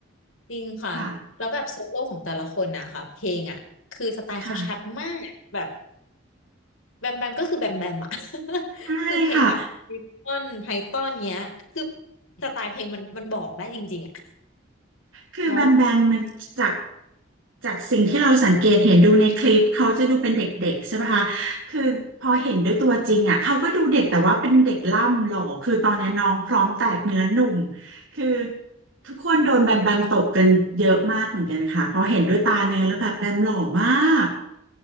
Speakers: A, on the left; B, on the right.
A: จริงค่ะแล้วแบบโซโล่ของแต่ละคนนะคะเพลงอ่ะคือสไตล์เขาชัดมากแบบ
B: ค่ะค่ะ
A: แบมแบมก็คือแบมแบมอ่ะ <laughs>
B: ใช่ค่ะ
A: คือเพลงแบบริปต้นไพทอนเนี้ยคือสไตล์เพลงมันมันบอกได้จริงๆอ่ะ
B: คือแบมแบมมันจาก
A: เนาะ
B: จากสิ่งที่เราสังเกตเห็นดูในคลิปเขาจะดูเป็นเด็กๆใช่ปะคะคือพอเห็นด้วยตัวจริงอ่ะเขาก็ดูเด็กแต่ว่าเป็นเด็กล่ำหล่อ
A: อืม
B: คือตอนนี้น้องพร้อมแตกเนื้อหนุ่มคือทุกคนโดนแบมแบมตกกันเยอะมากเหมือนกันค่ะพอเห็นด้วยตาเนื้อแล้วแบบแบมหล่อมาก